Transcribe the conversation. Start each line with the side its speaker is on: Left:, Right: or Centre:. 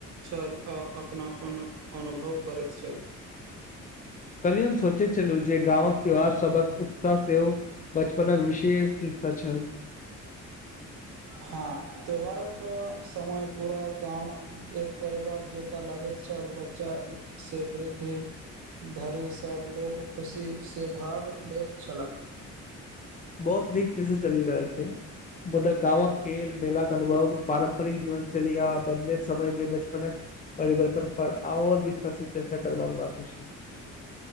Right: छल, आ अपनापनक अनुभव करैत छल।
Left: कली हम सोचे छललू जे गाँवक त्योहार सबक उत्साह सेहो बचपनक विशेष छल
Right: हँ, त्यौहार एक समय पूरा गाँव एक परिवार जकाँ लागैत छल, बच्चाँ वृद्धि धरि सभ लोक खुशीसँ भाग लैत छलाह।
Left: बहुत नीक से चलि रहल छै, मुदा गाँंवक खेल मेलाक के अनुभव, पारम्परिक जीवन शैली आ बदले समय मे बचपनक परिवर्तन पर आओर विस्तर से चर्चा करबाक बाकी छै।